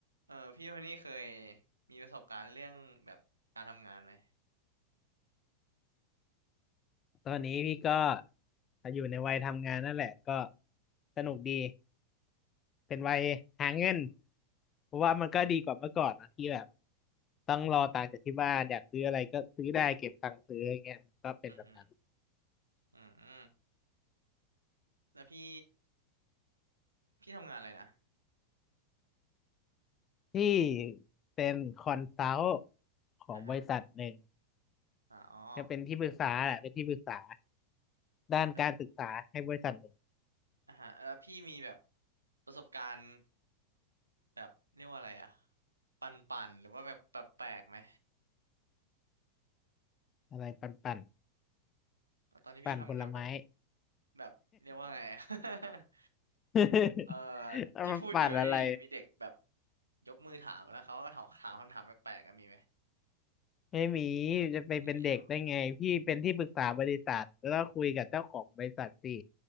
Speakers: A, on the right; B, on the left.
A: เออพี่คนนี้เคยมีประสบการณ์เรื่องแบบการทำงานไหม
B: ตอนนี้พี่ก็อยู่ในวัยทำงานนั่นแหละก็สนุกดีเป็นวัยหาเงินเพราะว่ามันก็ดีกว่าเมื่อก่อนนะที่แบบต้องรอตังค์จากที่บ้านอยากซื้ออะไรก็ซื้อได้เก็บตังค์ซื้ออย่างเงี้ยมันก็เป็นแบบนั้น
A: อือฮึออืมแล้วพี่พี่ทำงานอะไรนะ
B: ที่เป็นคอนซัลท์ของบริษัทหนึ่ง
A: อ่าฮะอ๋อ
B: จะเป็นที่ปรึกษาแหละเป็นที่ปรึกษาด้านการศึกษาให้บริษัทหนึ่ง
A: แล้วอ่าฮะแล้วพี่มีแบบประสบการณ์แบบเรียกว่าอะไรอะปันป่นๆหรือว่าแบบแปลกๆไหม
B: อะไรปั่นปั่น
A: ตอนที่พี่ทำอยู่แบบ
B: ปั่นผลไม้
A: แบบเรียกว่าไง <laughs>
B: <laughs>
A: เออ
B: เอามาปั่นอะไร
A: พี่พูดอยู่แล้วอยู่ดีมีเด็กแบบยกมือถามแล้วเขาก็ถามถามคำถามแปลกๆอะมีไหม
B: ไม่มีจะไปเป็นเด็กได้ไงพี่เป็นที่ปรึกษาบริษัทแล้วก็คุยกับเจ้าของบริษัทสิ
A: ไม่มีหรอ